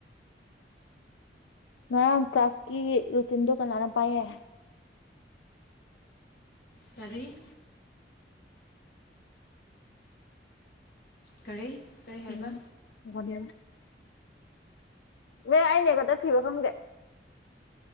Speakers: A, on the left; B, on the left.
A: ꯉꯔ ꯀ꯭ꯂꯥꯁꯀꯤ ꯔꯨꯇꯤꯟꯗꯣ ꯀ ꯂꯅ ꯄꯑ
B: ꯇꯔꯔꯤ ꯀꯔꯤ ꯀꯔꯤ ꯍꯥꯏꯕ
A: ꯗꯤ ꯑꯦꯦ ꯑꯩꯅꯦ ꯈꯛꯇ ꯊꯤꯕ ꯈꯪꯗꯦ